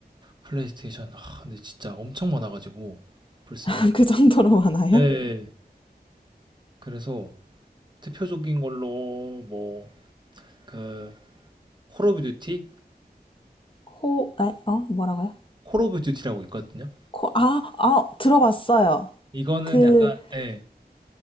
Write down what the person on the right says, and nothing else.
플레이스테이션 아 근데 진짜 엄청 많아가지고 플스는.
네. 그래서 대표적인 걸로 뭐 그 콜 오브 듀티?
콜 오브 듀티라고 있거든요.
이거는
약간 예,